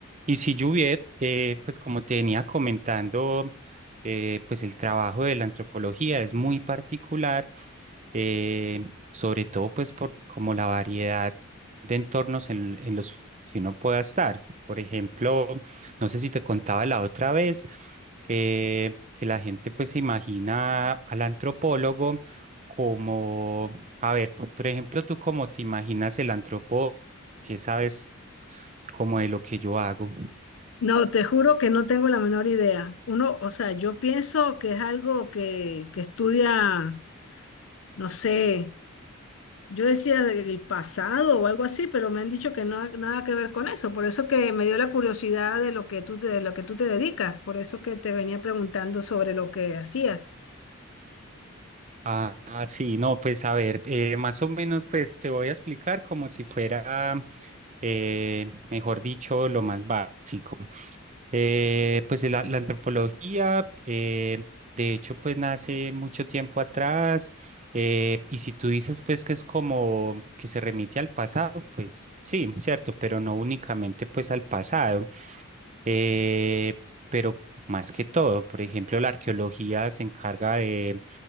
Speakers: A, on the right; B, on the left.
A: Y si Juviet, eh, pues como te venía comentando, eh, pues el trabajo de la antropología es muy particular, eh, sobre todo pues por como la variedad de entornos en, en los que uno pueda estar. Por ejemplo, no sé si te contaba la otra vez, eh, que la gente pues se imagina al antropólogo como, a ver, por, por ejemplo, tú cómo te imaginas el antropólogo, que sabes como de lo que yo hago.
B: No, te juro que no tengo la menor idea. Uno, o sea, yo pienso que es algo que, que estudia, no sé, yo decía del pasado o algo así, pero me han dicho que no nada que ver con eso. Por eso que me dio la curiosidad de lo que tú te, de lo que tú te dedicas. Por eso que te venía preguntando sobre lo que hacías.
A: Ah, ah, sí, no, pues a ver, eh, más o menos pues te voy a explicar como si fuera, eh, mejor dicho, lo más básico. Eh, pues de la, la antropología, eh, de hecho, pues nace mucho tiempo atrás. eh, y si tú dices, pues, que es como que se remite al pasado, pues sí, cierto, pero no únicamente, pues, al pasado. eh, pero más que todo, por ejemplo, la arqueología se encarga de,